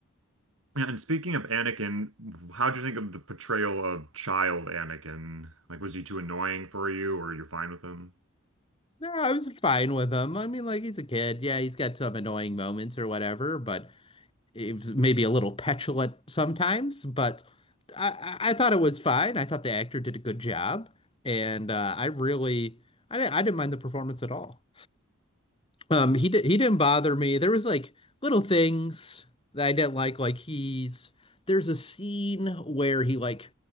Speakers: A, on the right; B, on the left.
A: Yeah, And speaking of Anakin, how'd you think of the portrayal of child Anakin? Like, was he too annoying for you, or you're fine with him?
B: No, I was fine with him. I mean, like he's a kid. Yeah, he's got some annoying moments or whatever, but he was maybe a little petulant sometimes. But I, I thought it was fine. I thought the actor did a good job, and uh, I really I didn't, I didn't mind the performance at all. Um, he did, he didn't bother me. There was like little things that I didn't like. Like he's there's a scene where he like